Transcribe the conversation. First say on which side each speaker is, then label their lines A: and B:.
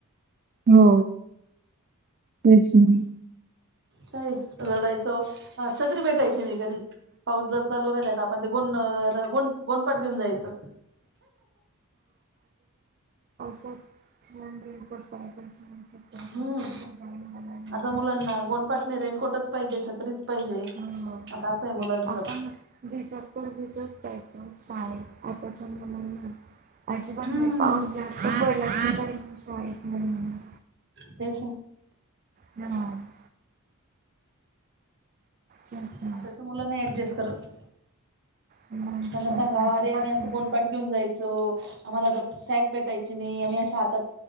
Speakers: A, on the right; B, on the right.
A: हो तेच नाही...
B: का रडायचो छत्री भेटायची नाही कधी पाऊस जर चालू राहिल... पण ते गों गो गोंडपाठ घेऊन जायचं..
A: फ... म रेन कोठ पायजचझईन मला
B: हम्म
A: रेन
B: आता
A: कोवाच...
B: मुलांना गोनपाट नाही रेनकोटच पाहिजे. छत्रीच पाहिजे
A: ह
B: आता असं आहे मुलांचं
A: आपण भिजत तर भिजत जायच. काय आताच्या मुला नाही. अजिबात
B: हम्म
A: मा पाऊस जास्त पडला शाळेत महि
B: ते
A: हम्म तेच ना
B: आताच्या मुलं नाही ऍडजस्ट करत.
A: मग
B: त्यांना
A: काय
B: सांगा
A: अजिबात
B: म रे आम्ही असं
A: नाही.
B: कोणपाठ घेऊन जाय आम्हाला सॅक भेटायची नाही आम्ही हात